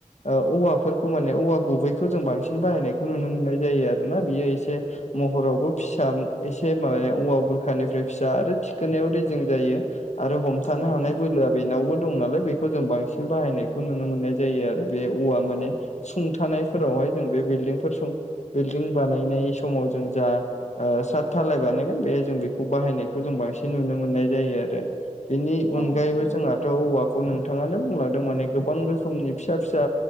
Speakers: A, on the left; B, on the right.
A: औवाफोरखौ माने औवा गुबैखौ जों बांसिन बाहायनायखौ नुनो मोननाय जायो आरो ना बियो एसे महरावबो फिसा एसे माबाया औवा बुरखानिफ्राय फिसा आरो थिखोनायाव रेजें जायो। आरो हमथानो
B: औ
A: हानाय
B: औ
A: बोलोआ बेनावबो दं नालाय बेखौ जों बांसिन बाहायनायखौ नुनो मोननाय जायो आरो बे औवा माने
B: औ
A: सुंथानायफोरावहाय जों बे बिल्डिंफोर सुं बिल्डिं बानायनाय समाव जों जा साट थालाय बानायगोन बेहाय जों बेखौ बाहायनायखौ जों बांसिन नुनो मोननाय जायो आरो। बेनि
B: औ
A: अनगायैबो
B: नंगौ नंगौ
A: जोंहाथ' औवा खो खौ नोंथाङानो बुंलांदों माने गोबां रोखोमनि फिसा फिसा